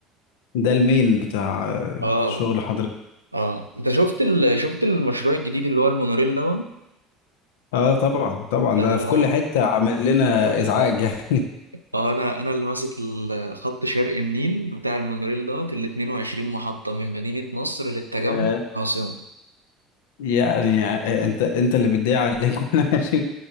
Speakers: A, on the left; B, on the right.
A: ده المين بتاع آه،
B: اه
A: شغل حضرتك
B: اه انت شفت ال... شفت المشروع الجديد اللي هو المونوريل ده
A: اه طبعا طبعا
B: ده
A: ده في كل حتة عامل لنا ازعاج <laughs> يعني
B: اه انا انا اللي ماسك ال- خط شرق النيل بتاع المونوريل دوت ال 22 محطة من مدينة نصر للتجمع
A: ياه.
B: عاصمة
A: يعني آه، انت انت اللي بتضيع عليك واحنا <laughs> ماشيين